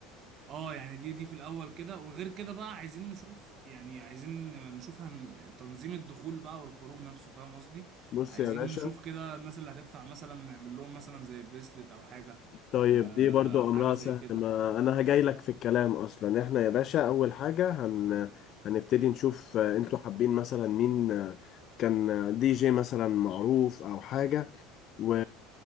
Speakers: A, on the right; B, on the left.
A: اه يعني دي دي في الاول كده وغير كده بقى عايزين نشوف يعني عايزين نشوف هن تنظيم الدخول بقى والخروج نفسه فاهم قصدي
B: بص
A: عايزين
B: يا باشا
A: نشوف كده الناس اللي هتدفع مثلا نعمل لهم مثلا زي بريسلت او حاجه
B: طيب
A: آه
B: دي برضو
A: حاجه
B: امرها
A: زي
B: سهل
A: كده
B: ما انا هجاي لك في الكلام اصلا احنا يا باشا اول حاجة هن... هنبتدي نشوف آه، انتوا حابين مثلا مين آه، كان آه، دي جي مثلا معروف او حاجة و...